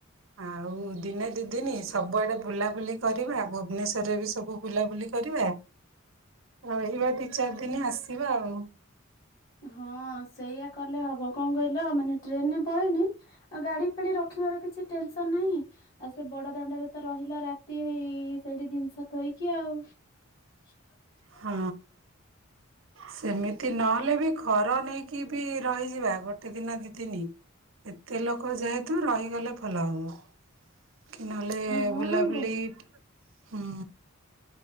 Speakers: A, on the right; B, on the left.
A: ଆଉ ଦିନେ ଦିଦିନି ସବୁଆଡେ ବୁଲାବୁଲି କରିବା ଭୁବନେଶ୍ଵରରେ ବି ସବୁ ବୁଲାବୁଲି କରିବା ରହିବା ଦି ଚାରି ଦିନି ଆସିବା ଆଉ।
B: ହଁ ସେଇଆ କଲେ ହବ, କଣ କହିଲ ଆ ମାନେ ଟ୍ରେନରେ ପଳେଇନି ଆଉ ଗାଡି ଫାଡି ରଖିବାର କିଛି ଟେନସନ ନାହିଁ ଆଉ ସେ ବଡ ଦାଣ୍ଡାରେ ତ ରହିଲା ରାତି ହେଇ ସେଇଠି ଜିନିଷ ଥୋଇକି ଆଉ। <inaudible>
A: ହଁ। ସେମିତି ନହେଲେ ବି ଘର ନେଇକି ବି ରହିଯିବା ଗୋଟେ ଦିନ ଦି ଦିନି। ଏତେ ଲୋକ ଯେହେତୁ ରହିଗଲେ ଭଲ ହବ। କି ନହଲେ
B: ହଁ
A: ବୁଲାବୁଲି
B: ଗ
A: ହୁଁ